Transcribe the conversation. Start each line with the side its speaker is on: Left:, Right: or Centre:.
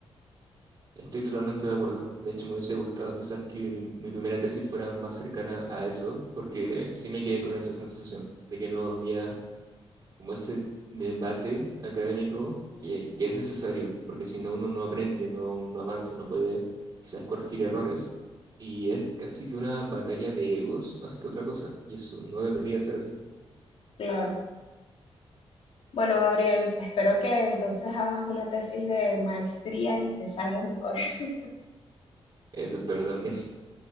Right: Estoy totalmente de acuerdo. De hecho, me hubiese gustado quizás que mi, mi primera tesis fuera más cercana a eso, porque sí me quedé con esa sensación de que no había como ese debate académico que, que es necesario, porque si no uno no aprende, no, no avanza, no puede quizás corregir errores. Y es casi que una batalla de egos más que otra cosa, y eso no debería ser así.
Left: claro. Bueno, Gabriel, espero que entonces hagas una tesis de maestría y te salga mejor. <laughs>
Right: Eso espero también.